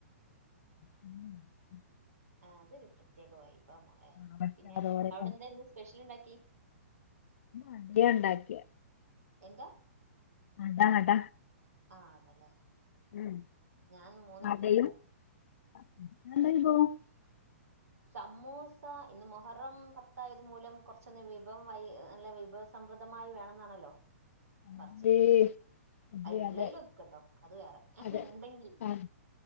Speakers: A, on the left; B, on the right.
A: <unintelligible>
B: ആ അതൊരു പ്രത്യേക വൈബാ മോളെ
A: അവക്കാതോരക്കം
B: പിന്നെ അവിടെ എന്തായിന്ന് സ്പെഷ്യൽ ഉണ്ടാക്കി
A: അടയാ ഉണ്ടാക്കിയെ
B: എന്താ
A: അട അട
B: ആ ആണല്ലേ
A: ഉം
B: ഞാനിന്ന് മൂന്ന് വിഭവം
A: അടയും
B: ഉണ്ടാക്കി
A: <unintelligible>
B: സമൂസ ഇന്ന് മൊഹറം പത്തായത് മൂലം കുറച്ചൊന്ന് വിഭവം അല്ല നല്ല വിഭവ സമൃ സമൃദ്ധമായി വേണോന്നാണല്ലോ
A: അതെ
B: പറച്ചിൽ
A: അതെ
B: ഓളേൽവെക്കോട്ടോ
A: അതെ
B: അത് വേറെ
A: അതെ
B: ഉണ്ടെങ്കിൽ
A: അത്